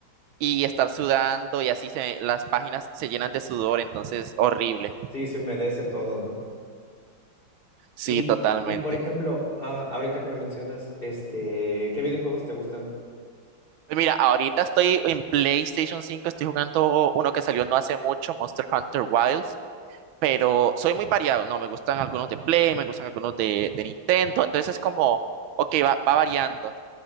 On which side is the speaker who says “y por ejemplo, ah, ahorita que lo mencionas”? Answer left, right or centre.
Left